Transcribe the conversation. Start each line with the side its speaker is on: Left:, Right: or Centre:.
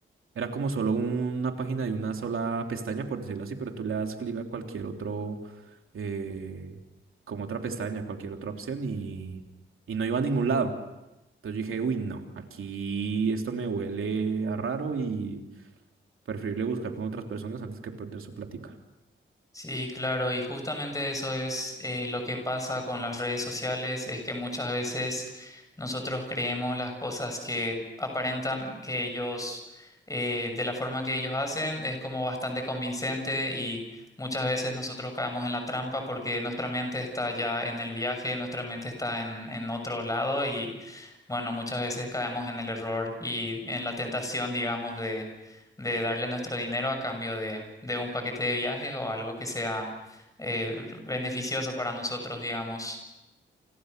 Right: Era como solo una página de una sola pestaña, por decirlo así, pero tú le das clic a cualquier otro, eh, como otra pestaña, cualquier otra opción y, y no iba a ningún lado. Entonces yo dije, uy, no, aquí esto me huele a raro y Preferible buscar con otras personas antes que perder su plática.
Left: Sí, claro, y justamente eso es eh, lo que pasa con las redes sociales, es que muchas veces nosotros creemos las cosas que aparentan que ellos, eh, de la forma que ellos hacen, es como bastante convincente y muchas veces nosotros caemos en la trampa porque nuestra mente está ya en el viaje, nuestra mente está en, en otro lado y bueno, muchas veces caemos en el error y en la tentación, digamos, de darle nuestro dinero a cambio de, de un paquete de viajes o algo que sea eh, beneficioso para nosotros, digamos.